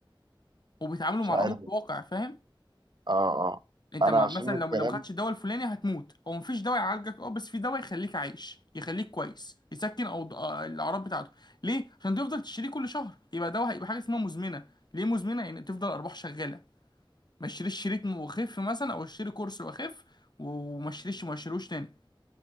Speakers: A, on the left (about 55°); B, on the right (about 55°).
A: وبيتعاملوا
B: مش
A: مع
B: عارف
A: الأمر الواقع
B: اه
A: فاهم
B: اه
A: انت
B: انا
A: مع
B: عشان
A: مثلا
B: الكلام
A: لو لو ما خدتش الدواء الفلاني هتموت هو مفيش دواء يعالجك اه بس في دواء يخليك عايش يخليك كويس يسكن او آه، الاعراض بتاعته ليه عشان تفضل تشتريه كل شهر يبقى دواء هيبقى حاجة اسمها مزمنة ليه مزمنة يعني تفضل ارباح شغالة ما اشتريش شريط وخف مثلا او اشتري كورس واخف وما اشتريش ما اشتروش تاني